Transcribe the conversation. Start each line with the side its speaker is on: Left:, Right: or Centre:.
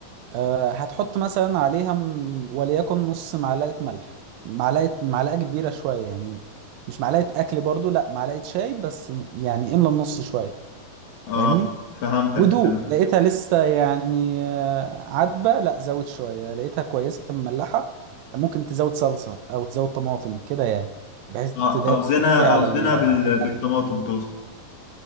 Right: آه، هتحط مثلا عليها م- وليكن نص معلقة ملح معلقة معلقة كبيرة شوية يعني مش معلقة أكل برضو لا معلقة شاي بس م- يعني املى النص شوية فاهمني
Left: اه فهمتك
Right: ودوق
Left: تمام
Right: لقيتها لسه يعني آه، عدبة لا زود شوية لقيتها كويسة مملحة ممكن تزود صلصة أو تزود طماطم كده يعني بحيث
Left: اه
Right: تداري
Left: اوزنها
Right: على
Left: اوزنها
Right: ال- على
Left: بال...
Right: الملح
Left: بالطماطم توصل